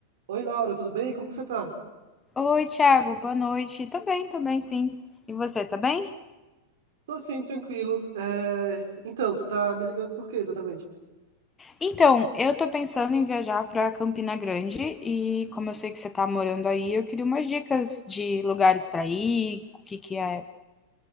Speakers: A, on the right; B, on the left.
A: Oi, Laura, tudo bem? Como que você tá?
B: Oi, Thiago, boa noite. Tô bem, tô bem, sim. E você, tá bem?
A: Tô sim, tranquilo. É, Então, você tá me ligando por quê, exatamente?
B: Então, eu tô pensando em viajar pra Campina Grande e como eu sei que você tá morando aí, eu queria umas dicas de lugares pra ir, o que que é.